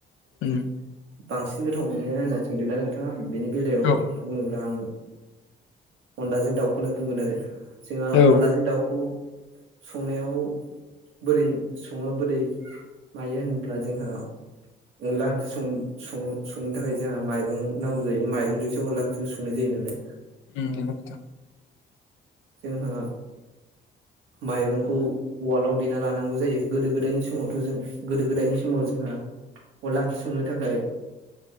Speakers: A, on the left; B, on the right.
A: उम
B: <inaudible> बांसिन गोथाव मोनो होनना सोंदों ना नोंथाङा बिनि बेलायाव
A: औ
B: बुङोब्ला आं अनलाजों दाउखौनो बुंगोन आरो जोंहा
A: औ
B: अनलाजों दाउखौ संनायाव बोरै सङो बोरै मायो होनब्ला जोंहा अनला ओंख्रि सङो संनो थाखाय जोंहा माइरं नांगौ जायो माइरंजोंसो अनला ओंख्रि संनाय जायो नालाय
A: <unintelligible> उम नंगौ नोंथां
B: जोंहा माइरंखौ उवाल आव देना लानांगौ जायो गोदो गोदायनि समावथ' जों गोदो गोदायनि समाव जोंहा अनला ओंख्रि संनो थाखाय